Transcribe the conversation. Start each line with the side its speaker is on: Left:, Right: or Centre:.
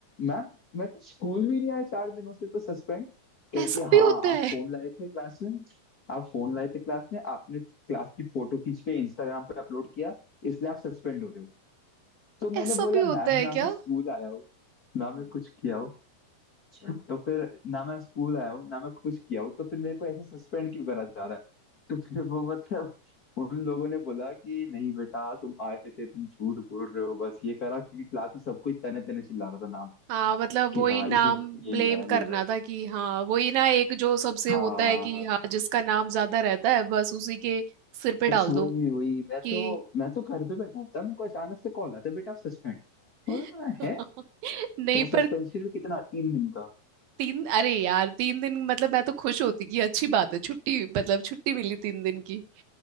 Left: मैम मैं तो स्कूल भी नहीं आया चार दिनों से तो सस्पेंड कहती
Right: ऐसा
Left: है हाँ
Right: भी होता है
Left: आप फोन लाए थे क्लास में आप फोन लाए थे क्लास में आपने क्लास की फोटो खींच के इंस्टाग्राम पे अपलोड किया इसलिए आप सस्पेंड हो रहे हो तो मैंने
Right: ऐसा
Left: बोला
Right: भी होता
Left: मैम
Right: है
Left: ना मैं
Right: क्या
Left: स्कूल आया हूँ ना मैं कुछ किया हूँ अच्छा तो फिर ना मैं स्कूल आया हूँ ना मैं कुछ किया हूँ तो फिर मेरे को ऐसे सस्पेंड क्यों करा जा रहा है तो फिर वो मतलब उन लोगों ने बोला कि नहीं बेटा तुम आए थे तुम झूठ बोल रहे हो बस ये करा क्योंकि क्लास में सब कोई तने तने चिल्ला रहा था
Right: हाँ मतलब
Left: कि
Right: वही
Left: हाँ
Right: नाम
Left: इसी ने यही
Right: ब्लेम
Left: लाया यही
Right: करना
Left: लाया
Right: था कि हाँ वही ना एक जो सबसे
Left: हाँ
Right: होता
Left: हाँ
Right: है कि
Left: हाँ
Right: हाँ जिसका नाम ज्यादा रहता है बस उसी के सिर पे
Left: बस
Right: डाल
Left: वही
Right: दो
Left: वही मैं
Right: कि
Left: तो मैं तो घर पे बैठा होता मेरे को अचानक से कॉल आता बेटा आप सस्पेंड
Right: <laughs>
Left: बोला मैं, है
Right: नहीं
Left: और सस्पेंशन
Right: पर
Left: भी कितना तीन दिन का
Right: तीन अरे यार तीन दिन मतलब मैं तो खुश होती कि अच्छी बात है छुट्टी मतलब छुट्टी मिली तीन दिन की